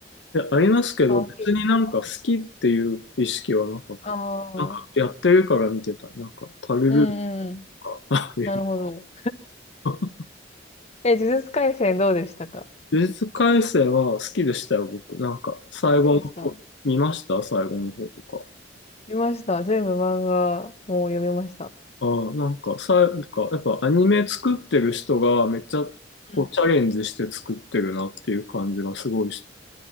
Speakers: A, on the left; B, on the left.
A: いや、ありますけど、
B: ワンピース。
A: 別になんか好きっていう意識はなかっ
B: ああ。
A: た。なんかやってるから見てた。
B: うん
A: なんか、パルルーと
B: うんうん。
A: か、<laughs> ああいう
B: なるほど。
A: の。
B: え、呪術廻戦どうでしたか
A: 呪術廻戦は好きでしたよ、僕。なんか、最後の方、
B: 好きでした
A: 見ました最後の方とか。
B: 見ました。全部漫画もう読みました。
A: ああ、なんか、さ、なんか、やっぱアニメ作ってる人がめっちゃ、
B: うん。
A: こう、チャレンジして作ってるなっていう感じがすごいして。